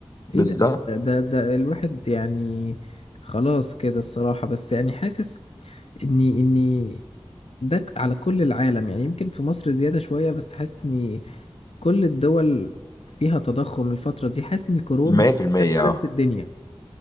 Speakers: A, on the left; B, on the left.
A: ايه
B: بالظبط
A: ده ده ده ده الواحد يعني خلاص كده الصراحة بس يعني حاسس اني اني ده ك- على كل العالم يعني يمكن في مصر زيادة شوية بس حاسس اني كل الدول فيها تضخم الفترة دي حاسس ان كورونا
B: 100%
A: كانت قلبت
B: اه
A: الدنيا